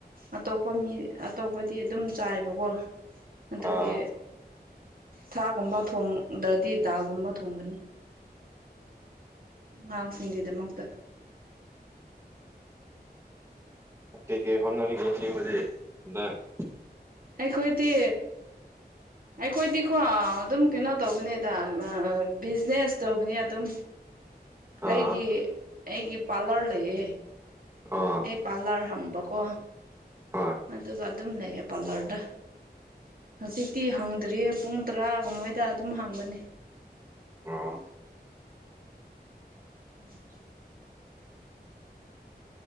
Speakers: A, on the right; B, on the right.
A: ꯑꯇꯣꯞꯄꯥ ꯃꯤ ꯑꯇꯣꯞꯄꯗꯤ ꯑꯗꯨꯝ ꯆꯥꯏꯕꯀꯣ ꯑꯗꯨꯒꯤ
B: ꯑꯥ
A: ꯊꯥꯒꯨꯝꯕ ꯊꯣꯡꯗ꯭ꯔꯥꯗꯤ ꯗꯥꯜꯒꯨꯝꯕ ꯊꯣꯡꯕꯅꯤ ꯑꯉꯥꯡ ꯁꯤꯡꯒꯤ ꯗꯥꯃꯛꯇꯥ
B: ꯀꯩ ꯀꯩ ꯍꯣꯠꯅꯥꯔꯤꯒꯦ ꯍꯧꯖꯤꯛ ꯗꯛ
A: ꯑꯩꯈꯣꯏꯗꯤ
B: <inaudible>
A: ꯑꯩꯈꯣꯏꯗꯤꯀꯣ ꯑꯗꯨꯝ ꯀꯩꯅꯣ ꯇꯧꯕꯅꯦꯗ ꯕꯤꯖꯤꯅꯦꯁ ꯇꯧꯕꯅꯦ ꯑꯗꯨꯝ
B: <inaudible> ꯑꯥ
A: ꯑꯩꯒꯤ ꯑꯩꯒꯤ ꯄꯥꯂꯔ ꯂꯩꯌꯦ
B: ꯑꯥ
A: ꯄꯥꯂꯔ ꯍꯥꯡꯕꯀꯣ
B: ꯍꯣꯏ
A: ꯑꯗꯨꯒꯥ ꯑꯗꯨꯝ ꯂꯩꯌꯦꯕ ꯄꯥꯂꯔꯗꯥ ꯍꯧꯖꯤꯛꯇꯤ ꯍꯥꯡꯗ꯭ꯔꯤꯌꯦ ꯄꯨꯡ ꯇꯔꯥꯒꯨꯝꯃꯣꯏꯗ ꯑꯗꯨꯝ ꯍꯥꯡꯕꯅꯦ
B: ꯑꯣ
A: <unintelligible>